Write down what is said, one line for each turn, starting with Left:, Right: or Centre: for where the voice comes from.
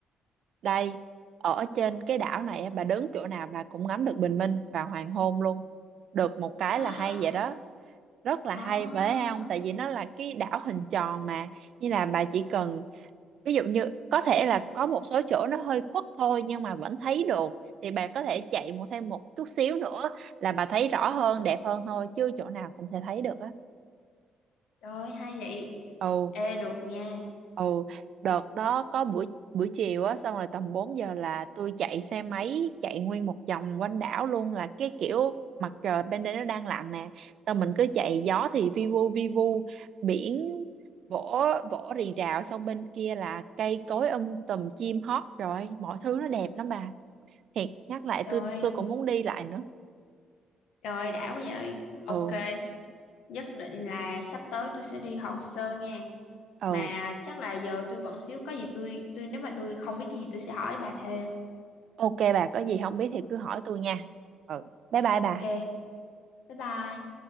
Right: đây ở trên cái đảo này á, bà đứng chỗ nào bà cũng ngắm được bình minh và hoàng hôn luôn được một cái
Left: <gasps>
Right: là hay vậy đó rất là
Left: À,
Right: hay bởi không tại vì nó là cái đảo hình tròn mà như là bà chỉ cần ví dụ như có thể là có một số chỗ nó hơi khuất thôi nhưng mà vẫn thấy được thì bà có thể chạy một thêm một chút xíu nữa là bà thấy rõ hơn đẹp hơn thôi chứ chỗ nào cũng sẽ thấy được á
Left: trời ơi, hay vậy.
Right: ừ
Left: Ê được nha.
Right: ừ đợt đó có buổi buổi chiều á xong rồi tầm 4 giờ là tôi chạy xe máy chạy nguyên một vòng quanh đảo luôn là cái kiểu mặt trời bên đây nó đang lặn nè xong mình cứ chạy gió thì vi vu vi vu biển vỗ vỗ rì rào xong bên kia là cây cối um tùm chim hót rồi mọi thứ nó đẹp lắm bà thiệt nhắc lại
Left: Trời
Right: tôi
Left: ơi,
Right: tôi cũng muốn đi lại nữa
Left: trời ơi, đã quá vậy. Ok,
Right: ừ
Left: nhất định là sắp tới tôi sẽ đi Hòn Sơn nha.
Right: ừ
Left: Mà chắc là giờ tôi bận xíu có gì tôi tôi nếu mà tôi không biết cái gì tôi sẽ hỏi bà thêm.
Right: ok bà có gì không biết thì cứ hỏi tôi nha ừ bye bye
Left: Ok.
Right: bà
Left: bái bai